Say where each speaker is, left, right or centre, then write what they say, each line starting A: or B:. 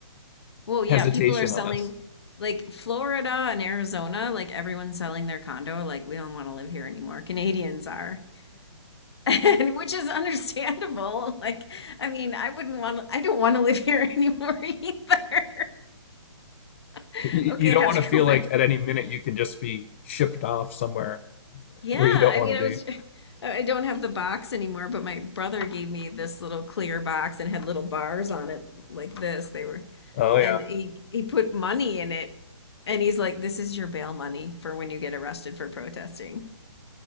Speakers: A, on the left (about 60°); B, on the left (about 25°).
A: Well, yeah,
B: hesitation
A: people are selling
B: on us.
A: like Florida and Arizona, like everyone's selling their condo, like we don't want to live here anymore. Canadians are. <laughs> And which is understandable. <laughs> Like, I mean, I wouldn't want to, I don't want to live here <laughs> anymore either. <laughs>
B: You,
A: Okay,
B: you don't
A: I have
B: want
A: to
B: to feel
A: go back.
B: like at any minute you can just be shipped off somewhere
A: Yeah,
B: where
A: I
B: you don't want
A: mean,
B: to be.
A: I was <laughs> I don't have the box anymore, but my brother gave me this little clear box and had little bars on it like this. They were
B: Oh
A: and
B: yeah.
A: he he put money in it and he's like, "This is your bail money for when you get arrested for protesting."